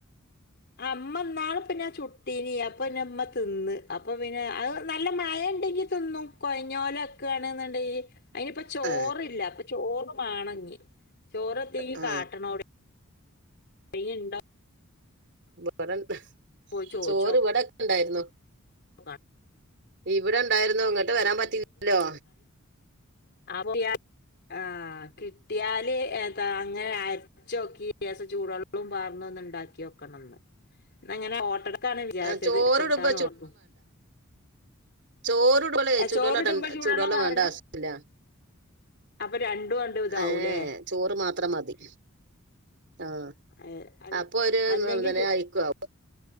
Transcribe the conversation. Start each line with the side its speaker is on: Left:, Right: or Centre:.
Left: ആഹ് മ്മ ന്നാൾ പിന്നെ ചുട്ടീന് അപ്പൊ പിന്നമ്മ തിന്ന് അപ്പൊ പിന്നെ അയ് നല്ല മയ ഉണ്ടെങ്ക തിന്നും കൊഴഞാല ക്കാണ് എന്നണ്ടെ അയിനിപ്പ ചോറില്ല
Right: ആ
Left: അപ്പൊ ചോറ് മാണഞ്ഞി ചോറത്തേഈ
Right: ആ
Left: കാട്ടണോടെ <unintelligible> ഉണ്ടോ
Right: <unintelligible>
Left: പോയി ചോദിച്ചു
Right: ചോറ് ഇവിടെക്കെ ഇണ്ടായിരുന്നു
Left: നോക്കണം
Right: ഇവിടെ ഇണ്ടായിരുന്നു ഇങ്ങോട്ട് വരാൻ പറ്റില്ലല്ലോ
Left: <unintelligible> ആഹ് കിട്ടിയാല് ഏതാ അങ്ങനെ ച്ചോക്കി ചൂടുെള്ളും പാർന്നന്ന് ഉണ്ടാക്കി വെക്കണംന്ന് ഇങ്ങനെ ഓട്ടട ക്കാണ് വിചാരിച്ചത്
Right: ആ, ചോറ്
Left: അച്ചപ്പട്ട
Right: ഇടുമ്പോ
Left: ഓർക്കും
Right: ചോറുടുവെള്ള ചൂടുവെള്ളണ്ട
Left: ചോറിടുമ്പോ
Right: ചൂടുവെള്ളം
Left: പാറണ്ട
Right: വേണ്ട ആവശ്യതില്ല
Left: അപ്പൊ രണ്ടും കണ്ട് ഇതാവൂലേ
Right: ഏയ് ചോറ് മാത്രം മതി ആഹ്
Left: ഏഹ് അൽ
Right: അപ്പൊ ഒരുങ്ങനെ
Left: അല്ലെങ്കിൽ ചു
Right: അയിക്കു ആവും